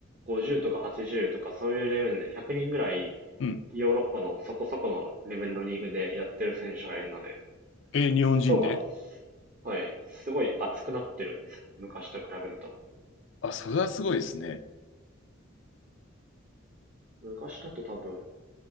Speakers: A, on the right; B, on the left.
A: 50とか80とかそういうレベルで100人ぐらい
B: うん。
A: ヨーロッパのそこそこのレベルのリーグでやってる選手がいるので、
B: え、日本人で
A: 層が、はい、すごい厚くなってるんですよね。昔と比べると。
B: あ、それはすごいですね。
A: 昔だと多分、